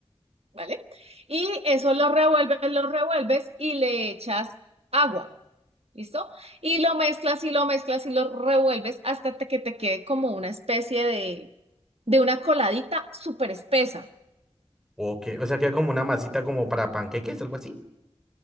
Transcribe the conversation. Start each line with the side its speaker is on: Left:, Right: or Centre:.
Right: ¿vale? Y eso lo revuelves, lo revuelves y le echas agua, ¿listo? Y lo mezclas y lo mezclas y lo revuelves hasta te- que te quede como una especie de, de una coladita súper espesa.
Centre: ok. O sea, queda como una masita como para panqueques, algo así.